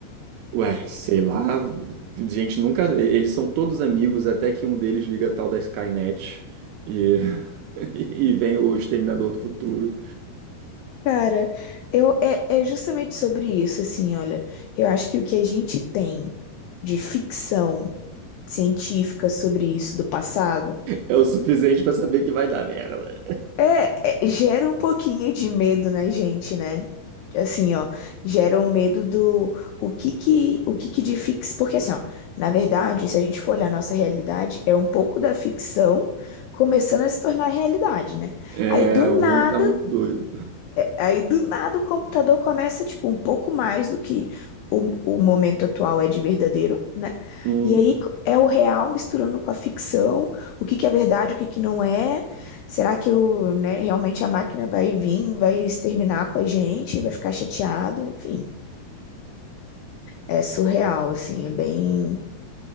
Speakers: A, on the right (about 85°); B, on the left (about 85°).
A: ué, sei lá, gente nunca. Eles são todos amigos, até que um deles liga a tal da Skynet. E, <laughs> e vem o Exterminador do Futuro.
B: Cara, eu, é, é justamente sobre isso, assim, olha. Eu acho que o que a gente tem de ficção científica sobre isso do passado
A: É o suficiente pra saber que vai dar merda.
B: é, é- gera um pouquinho de medo na gente, né? Assim, ó, gera um medo do o que que, o que que de fix... Porque, assim, ó, na verdade, se a gente for olhar a nossa realidade, é um pouco da ficção começando a se tornar realidade, né?
A: É,
B: Aí, do
A: o
B: nada,
A: mundo tá muito doido.
B: Aí do nada o computador começa, tipo, um pouco mais do que o, o momento atual é de verdadeiro, né?
A: Uhum.
B: E aí é o real misturando com a ficção, o que que é verdade, o que que não é. Será que o, né, realmente a máquina vai vir, vai exterminar com a gente, vai ficar chateado, enfim. É surreal, assim, é bem.